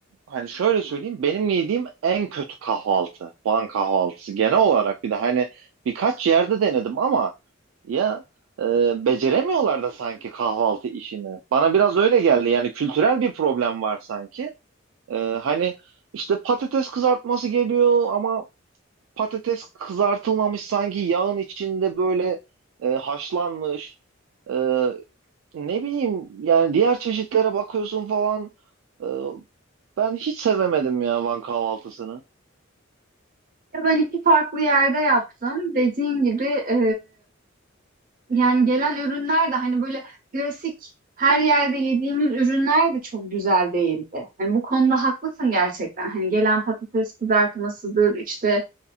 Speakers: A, on the right; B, on the right.
A: Hani şöyle söyleyeyim benim yediğim en kötü kahvaltı. Van kahvaltısı genel olarak bir de hani birkaç yerde denedim ama ya e, beceremiyorlar da sanki kahvaltı işini. Bana biraz öyle geldi yani kültürel bir problem var sanki. E, hani işte patates kızartması geliyor ama patates kızartılmamış sanki yağın içinde böyle e, haşlanmış. E, ne bileyim yani diğer çeşitlere bakıyorsun falan. Ee, ben hiç sevemedim ya Van kahvaltısını.
B: Ya ben iki farklı yerde yaptım. Dediğin gibi e, yani gelen ürünler de hani böyle klasik her yerde yediğimiz ürünler de çok güzel değildi. Hani bu konuda haklısın gerçekten. Hani gelen patates kızartmasıdır işte